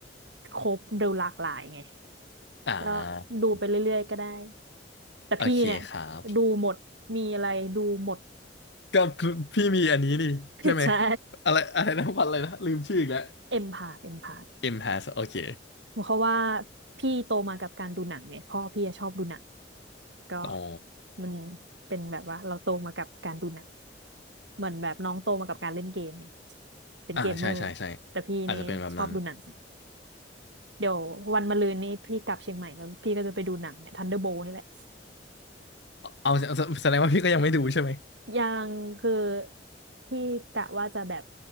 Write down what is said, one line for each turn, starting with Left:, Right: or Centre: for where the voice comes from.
Right: ครบดูหลากหลายไง
Left: อ่า
Right: ก็ดูไปเรื่อยๆก็ได้แต่พี่เนี่ย
Left: โอเคครับ
Right: ดูหมดมีอะไรดูหมด
Left: กับพี่มีอันนี้นี่ใช่ไหม
Right: <laughs> ใช่
Left: อะไรอะไรนะวันอะไรนะลืมชื่ออีกแล้ว
Right: เอ็มพาเอ็มพา
Left: M has โอเค
Right: เพราะว่าพี่โตมากับการดูหนังไงพ่อพี่อะชอบดูหนังก็
Left: อ๋อ
Right: มันเป็นแบบว่าเราโตมากับการดูหนังเหมือนแบบน้องโตมากับการเล่นเกมไงเป็นเกมเมอร์
Left: อ่าใช่ใช่ใช่
Right: แต่พี่นี่ชอบดูหนัง
Left: อาจจะเป็นแบบนั้น
Right: เดี๋ยววันมะรืนนี้พี่กลับเชียงใหม่แล้วพี่ก็จะไปดูหนังเนี่ยทันเดอร์โบนี่แหละ
Left: เอาแสแสดงว่าพี่ก็ยังไม่ดูใช่ไหม
Right: ยังคือพี่กะว่าจะแบบ